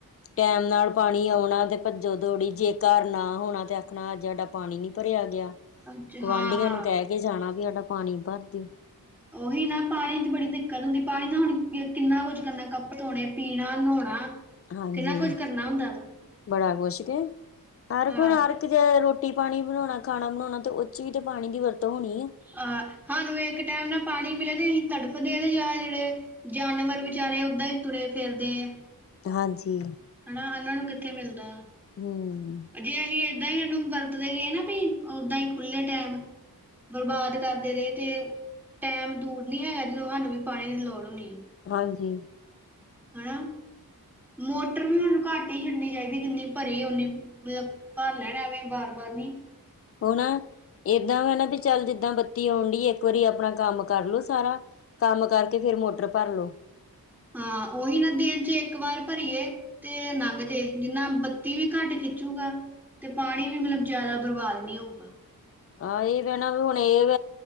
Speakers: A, on the left (about 40°); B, in the centre.
A: ਟੈਮ ਨਾਲ ਪਾਣੀ ਆਉਣਾ ਤੇ ਭੱਜੋ ਦੌੜੀ ਜੇ ਘਰ ਨਾ ਹੋਣਾ ਤੇ ਆਖਣਾ ਆ ਜਿਹੜਾ ਪਾਣੀ ਨੀ ਭਰਿਆ ਗਿਆ,
B: ਅੱਛਾ
A: ਗੁਆਂਢੀਆਂ
B: ਹਾਂ ਹਾਂ
A: ਨੂੰ ਕਹਿ ਕੇ ਜਾਣਾ ਵੀ ਸਾਡਾ ਪਾਣੀ ਭਰ ਦਿਓ।
B: ਉਹੀ ਨਾ ਪਾਣੀ ਦੀ ਬੜੀ ਦਿੱਕਤ ਹੁੰਦੀ ਪਾਣੀ ਨਾ ਹੁਣ ਕਿੰਨਾ ਕੁਝ ਕਰਨਾ ਕੱਪੜ ਧੋਣੇ, ਪੀਣਾ, ਨੋਣਾ।
A: ਹਾਂਜੀ
B: ਕਿੰਨਾ ਕੁਝ ਕਰਨਾ ਹੁੰਦਾ ਵਾ।
A: ਬੜਾ ਕੁਛ ਕੇ ਹਰ
B: ਅਹ,
A: ਹੁਣ ਹਰ ਇੱਕ ਜ ਰੋਟੀ ਪਾਣੀ ਬਣਾਉਣਾ ਖਾਣਾ ਬਣਾਉਣਾ ਤੇ ਉਹ ਚ ਵੀ ਤਾਂ ਪਾਣੀ ਦੀ ਵਰਤੋਂ ਹੋਣੀ ਏ।
B: ਆਹ ਸਾਨੂੰ ਇੱਕ ਟਾਈਮ ਨਾ ਪਾਣੀ ਮਿਲੇ ਤੇ ਅਸੀਂ ਤੜਫਦੇ ਤੇ ਆ ਜਿਹੜੇ ਜਾਨਵਰ ਵਿਚਾਰੇ ਓਦਾਂ ਹੀ ਤੁਰੇ ਫਿਰਦੇ ਆ।
A: ਹਾਂਜੀ।
B: ਹਨਾ ਉਹਨਾਂ ਨੂੰ ਕਿੱਥੇ ਮਿਲਦਾ।
A: ਹਮ।
B: ਜੇ ਅਸੀਂ ਏਦਾਂ ਹੀ ਇਹਨੂੰ ਵਰਤਦੇ ਗਏ ਨਾ ਪੀਣ ਓਦਾਂ ਹੀ ਖੁੱਲੇ ਟੈਮ ਬਰਬਾਦ ਕਰਦੇ ਰਹੇ ਤੇ ਟੈਮ ਦੂਰ ਨੀ ਹੈਗਾ ਜਦੋਂ ਸਾਨੂੰ ਵੀ ਪਾਣੀ ਦੀ ਲੋੜ ਹੋਣੀ।
A: ਹਾਂਜੀ।
B: ਹਨਾ, ਮੋਟਰ ਵੀ ਮੈਨੂੰ ਘੱਟ ਨਹੀ ਛੱਡਣੀ ਚਾਹੀਦੀ ਜਿੰਨੀ ਭਰੀ ਓਨੀ ਮਤਲਬ ਭਰ ਲੈਣਾ ਐਵੇਂ ਬਾਰ -ਬਾਰ ਨੀ।
A: ਹੁਣ ਏਦਾਂ ਵਾ ਨਾ ਵੀ ਚੱਲ ਜਿੱਦਾਂ ਬੱਤੀ ਆਉਣ ਡੈਈ ਇੱਕ ਵਾਰੀ ਆਪਣਾ ਕੰਮ ਕਰਲੋ ਸਾਰਾ ਕੰਮ ਕਰਕੇ ਫਿਰ ਮੋਟਰ ਭਰ ਲੋ।
B: ਹਾਂ ਉਹੀ ਨਾ ਦਿਨ ਚ ਇੱਕ ਵਾਰ ਭਰੀਏ। ਤੇ ਲੰਘ ਜੇ ਜਿੰਨਾ ਬੱਤੀ ਵੀ ਘੱਟ ਖਿੱਚੂਗਾ। ਤੇ ਪਾਣੀ ਵੀ ਮਤਲਬ ਜਿਆਦਾ ਬਰਬਾਦ ਨਹੀਂ ਹੋਊਗਾ।
A: ਆਹ ਇਹ ਕਹਿਣਾ ਹੁਣ ਇਹ ਵ